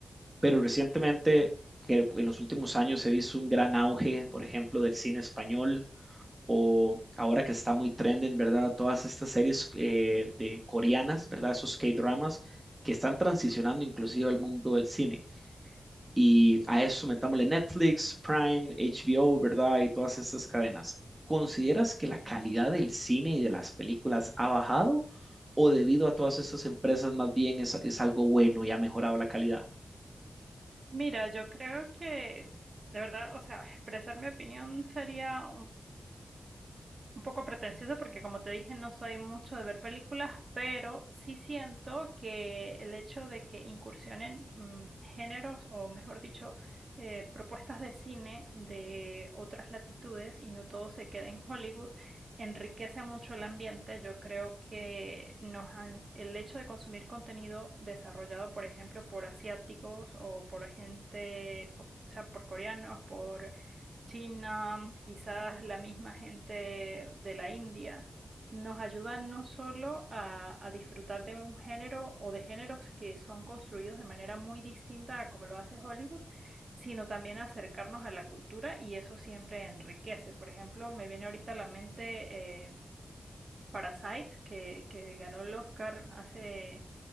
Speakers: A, on the right; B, on the right.
A: Pero recientemente, que en los últimos años he visto un gran auge, por ejemplo, del cine español o ahora que está muy trending, ¿verdad? Todas estas series eh, de coreanas, ¿verdad? Esos K-dramas que están transicionando inclusive al mundo del cine. Y a eso metámosle Netflix, Prime, HBO, ¿verdad? Y todas estas cadenas. ¿Consideras que la calidad del cine y de las películas ha bajado o debido a todas estas empresas más bien es, es algo bueno y ha mejorado la calidad?
B: Mira, yo creo que de verdad, o sea, expresar mi opinión sería un poco pretencioso porque como te dije no soy mucho de ver películas, pero sí siento que el hecho de que incursionen mm, géneros o mejor dicho eh, propuestas de cine de otras latitudes y no todo se queda en Hollywood enriquece mucho el ambiente. Yo creo que nos han- el hecho de consumir contenido desarrollado, por ejemplo, por asiáticos o por gente, o sea, por coreanos, por China, quizás la misma gente de la India, nos ayudan no solo a, a disfrutar de un género o de géneros que son construidos de manera muy distinta a como lo hace Hollywood, sino también a acercarnos a la cultura y eso siempre enriquece. Por ejemplo, me viene ahorita a la mente eh, Parasite, que, que ganó el Oscar hace